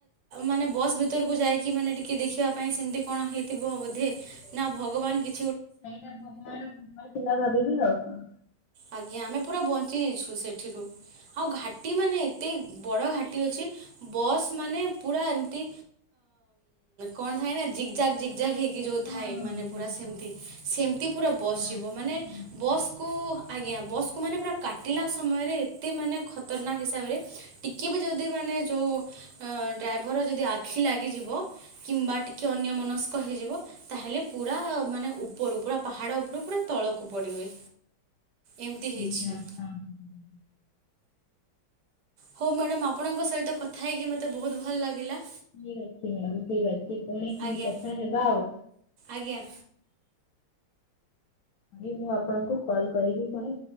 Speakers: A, on the right; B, on the left.
A: ମାନେ ବସ୍ ଭିତରକୁ ଯାଇକି ମାନେ ଟିକେ ଦେଖିବା ପାଇଁ ସେମତି କଣ ହେଇଥିବ ବୋଧେ ନା ଭଗବାନ କି
B: ସେଇଟା ଭଗବାନର କୃପା ଥିଲା ଭାବିବି ଆଉ କଣ।
A: ଆଜ୍ଞା ଆମେ ପୁରା ବଞ୍ଚି ଯାଇଛୁ ସେଠିରୁ ଆଉ ଘାଟି ମାନେ ଏତେ ବଡ଼ ଘାଟି ଅଛି ବସ୍ ମାନେ ପୁରା ଏମିତି କଣ ଥାଏ ନା ଜିଗ୍ ଜାକ ଜିଗ୍ଜାକ ହେଇକି ଯୋଉ
B: ହଁ
A: ଥାଏ
B: ହଁ
A: ମାନେ
B: ହଁ
A: ପୁରା ସେମିତି
B: ହଁ
A: ସେମିତି ପୁରା ବସ୍
B: ରାସ୍ତାଟା
A: ଯିବ ମାନେ
B: ସେମିତି ଥିବ
A: ବସ୍ କୁ ଆଜ୍ଞା ବସ୍ କୁ ମାନେ ପୁରା କାଟିଲା ସମୟରେ ଏତେ ମାନେ ଖତରନାକ ହିସାବରେ ଟିକେ ବି ଯଦି ମାନେ ଯୋଉ ଡ୍ରାଇଭର ଯଦି ଆଖି ଲାଗିଯିବ କିମ୍ବା ଟିକେ ଅନ୍ୟ ମନସ୍କ ହେଇଯିବ ତାହେଲେ ପୁରା ମାନେ ଉପରୁ ପୁରା ପାହାଡ ଉପରୁ ପୁରା ତଳକୁ ପଡିବେ। ଏମତି
B: ସେମିତି
A: ହେଇଛି।
B: ରାସ୍ତା ଅଛି ସେଠି।
A: ହଉ ମ୍ୟାଡାମ ଆପଣଙ୍କ ସହିତ କଥା ହେଇକି ମତେ ବହୁତ ଭଲ ଲାଗିଲା
B: ଠିକ ଅଛି ମ୍ୟାଡାାମ ଠିକ ଅଛି ପୁଣି
A: ଆଜ୍ଞା
B: କଥା ହେବା ଆଉ।
A: ଆଜ୍ଞା
B: ଆ ମୁଁ ଆପଣଙ୍କୁ କଲ କରିବି ପୁଣି